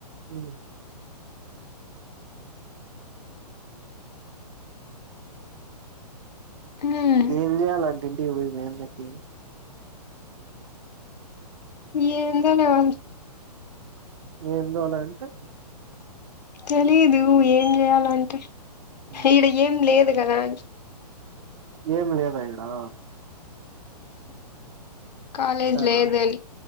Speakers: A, on the right; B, on the left.
A: హ్మ్
B: హ్మ్
A: ఏం జేయాలన్ తింటే ఓయి మీద నెక్కెవు
B: ఏందోలే ఉండు
A: ఎందోలే అంటే
B: తెలీదు ఏం జేయాలంటే
A: ఉమ్,
B: ఇడ ఏం లేదు దలాన్చ్
A: ఏం లేదా ఇడా
B: కాాలేజ్
A: సరేలే
B: లేదని